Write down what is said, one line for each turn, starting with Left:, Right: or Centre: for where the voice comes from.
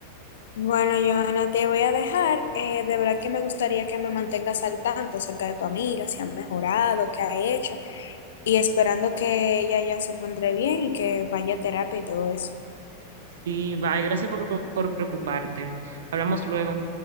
Left: Bueno, Joana, te voy a dejar. Eh, de verdad que me gustaría que me mantengas al tanto acerca de tu amiga, si ha mejorado, qué ha hecho, y esperando que ella ya se encuentre bien y que vaya a terapia y todo eso.
Right: Sí, bye, gracias por, por preocuparte. Hablamos luego.